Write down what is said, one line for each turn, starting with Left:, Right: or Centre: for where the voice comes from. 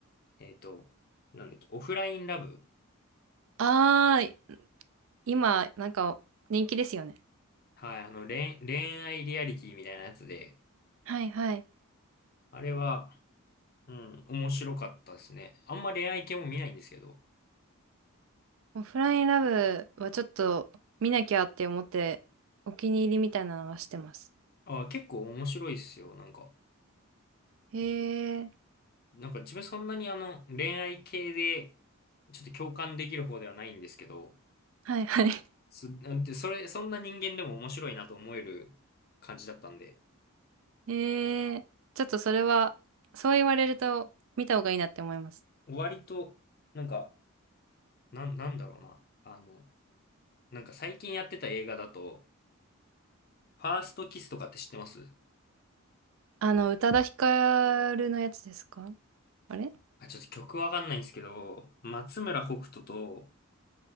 Left: えっと、なんだっけ、オフラインラブ。
Right: ああ、今、なんか人気ですよね。
Left: はい、あの、恋、恋愛リアリティみたいなやつで、
Right: はいはい。
Left: あれは、うん、面白かったですね。あんま恋愛系も見ないんですけど、
Right: オフラインラブはちょっと見なきゃって思って、お気に入りみたいなのはしてます。
Left: あ、結構面白いっすよ、なんか。
Right: へえ、
Left: なんか自分そんなにあの、恋愛系で、ちょっと共感できる方ではないんですけど、
Right: はいはい。
Left: す、なんて、それ、そんな人間でも面白いなと思える感じだったんで、
Right: へえ、ちょっとそれは、そう言われると見た方がいいなって思います。
Left: 割と、なんか、なん、なんだろうな。あの、なんか最近やってた映画だと、ファーストキスとかって知ってます
Right: あの、宇多田ヒカルのやつですかあれ
Left: あ、ちょっと曲わかんないんですけど、松村北斗と、